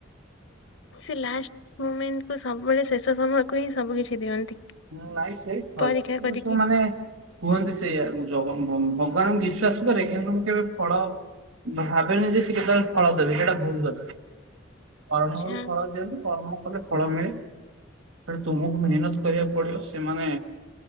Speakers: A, on the left (about 65°); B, on the right (about 85°).
A: ସେ ଲାଷ୍ଟ ମୁମେଣ୍ଟକୁ ସବୁବେଳେ ଶେଷ ସମୟକୁ ହିଁ ସବୁ କିିଛି ଦିଅନ୍ତି।
B: ମୁଁ ନାଇଁ ସେଇ
A: ପରୀକ୍ଷା
B: <unintelligible>
A: କରିକି।
B: ମାନେ କୁହନ୍ତି ସେଇଆ ଜଗ ଭଗବାନଙ୍କୁ ବିଶ୍ୱାସ କରେ କିନ୍ତୁ ମୁଁ କେବେ ଫଳ ମୁଁ ଭାବିନେ ଯେ ସେ କେତେବେଳେ ଫଳ ଦେବେ। ସେଇଟା ଭୁଲ୍ କଥା। କର୍ମରୁ
A: ଆଚ୍ଛା
B: ଫଳ ଦିଅନ୍ତୁ କର୍ମ କଲେ ଫଳ ମିଳେ। କିନ୍ତୁ ତୁମକୁ ମେହେନତ୍ କରିବାକୁ ପଡିବ ସେମାନେ